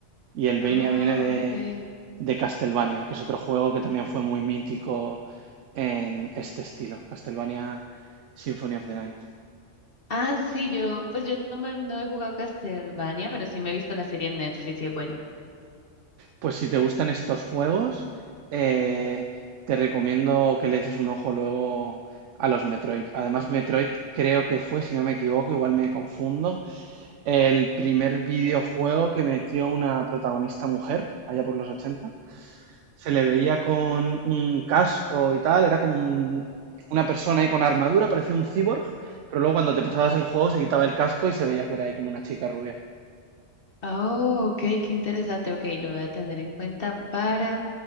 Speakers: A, on the right; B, on the left.
A: Y el Vania
B: Ah,
A: viene
B: ok.
A: de Castlevania, que es otro juego que también fue muy mítico en este estilo, Castlevania Symphony of the Night.
B: Ah, sí, yo, pues yo no me, no he jugado Castlevania, pero sí me he visto la serie en Netflix y es buena.
A: Pues si te gustan estos juegos, eh, te recomiendo que le eches un ojo luego a los Metroid. Además, Metroid creo que fue, si no me equivoco, igual me confundo, el primer videojuego que metió una protagonista mujer, allá por los 80. se le veía con un casco y tal, era como un, una persona ahí con armadura, parecía un cyborg, pero luego cuando te pasabas el juego se quitaba el casco y se veía que era ahí como una chica rubia.
B: Oh, ok, qué interesante. Ok, lo voy a tener en cuenta para